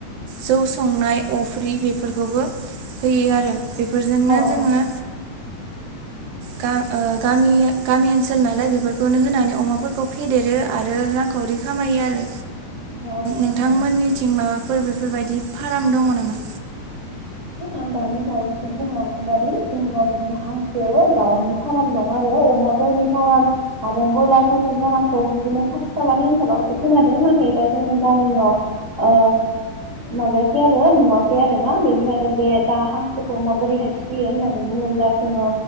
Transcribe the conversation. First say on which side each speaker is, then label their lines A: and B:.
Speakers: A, on the right; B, on the right.
A: जौ संनाय अफ्रि बेफोरखौबो होयो आरो बेफोरजोंनो
B: औ औ
A: जोङो गा ओ गामि ओनसोल नालाय बेफोरखौनो होनानै अमाफोरखौ फेदेरो आरो रां खावरि खामायो आरो
B: नंगौ नोंथां।
A: नोंथांमोननिथिं माबाफोर बे बेफोरबायदि फार्म दङ नामा?
B: आं दानि बावहैसो बुंलांनाय बायदि जोंनाव हांसो दाउनि फार्म दं आरो अमाफोरनि फार्म, आरो ब्रयलारफोरनि फार्मखौ बिदिनो खाथि खालानि ओनसोलावसो खोनादों नाथाय दा जोंनि गामियाव, ओ माबायाखै आरो नुवाखै, आरोना बेनिखायनो बे दा हांसोखौ माबोरैहाय फिसियो होननानै बुङोब्ला जोङो,